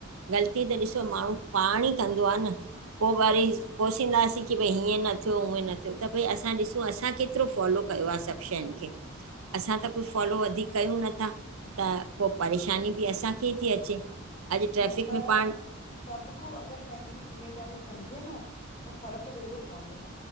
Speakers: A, on the right; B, on the left.
A: ग़लती त ॾिसो माण्हू पाण ई कंदो आ न। पो वरी पोसींदासीं की भई हीअं न थियो उअं न थियो त भई असां ॾिसूं असां केतिरो फॉलो कयो आ सभु शयुनि खे असां त कुझु फॉलो वधीक कयूं नथा, त पो परेशानी बि असां के थी अचे। अॼु ट्रैफ़िक
B: न पर
A: में पाण
B: सभु को अॻरि पंहिंजी ज़िम्मेदारी सम्झे न त फ़र्क़ ज़रूर पवंदो।